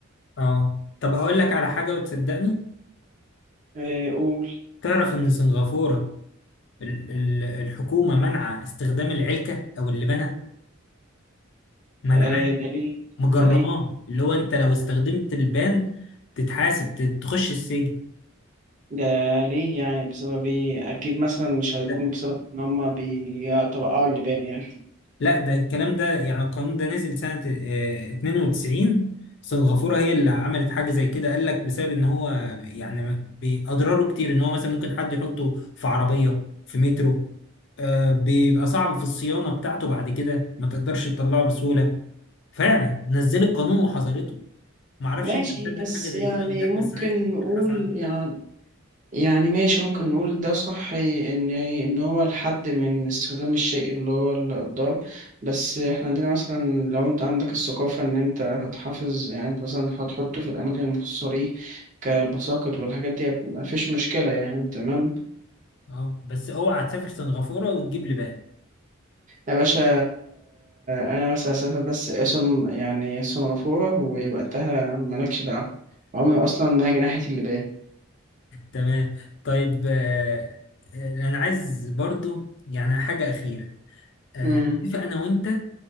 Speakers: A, on the left; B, on the right.
A: اه طب اقول لك على حاجة وتصدقني
B: إيه، قول
A: تعرف إن سنغافورة ال- ال- الحكومة منع استخدام العلكة أو اللبانة منعاه
B: إيه، ده ليه
A: مجرماه
B: ده ليه
A: اللي هو أنت لو استخدمت البان تتحاسب ت- تخش السجن
B: ده ليه يعني بسبب ايه اكيد مثلا مش هيكون
A: ده-
B: بسبب ان هما بيترقعوا اللبان يعني
A: لا ده الكلام ده يعني القانون ده نزل سنة آه، 92 سنغافورة هي اللي عملت حاجة زي كده قال لك بسبب إن هو يعني ما- بأضراره كتير إن هو مثلا ممكن حد يحطه في عربية في مترو آه، بيبقى صعب في الصيانة بتاعته بعد كده ما تقدرش تطلعه بسهولة فعلا نزلت قانون وحظرته ما اعرفش
B: ماشي
A: انت مصدق
B: بس
A: حاجه زي
B: يعني
A: كده ولا لا
B: ممكن
A: بس عايز
B: نقول
A: تبحث عنها
B: يعني يعني ماشي ممكن نقول ده صح ان ان هو الحد من استخدام الشيء اللي هو الضار بس احنا عندنا مثلا لو انت عندك الثقافة ان انت هتحافظ يعني انت مثلا هتحطه في الاماكن المخصصة ليه كالبساقط والحاجات دي مفيش مشكلة يعني تمام
A: اه بس اوعى تسافر سنغافوره وتجيب لي بقى
B: يا باشا انا بس هسافر بس اصلا يعني سنغافورة ووقتها مالكش دعوة عمري اصلا ما هاجي ناحية اللي
A: تمام طيب آه آه، انا عايز برضو يعني حاجه اخيره آه
B: امم
A: اتفق انا وانت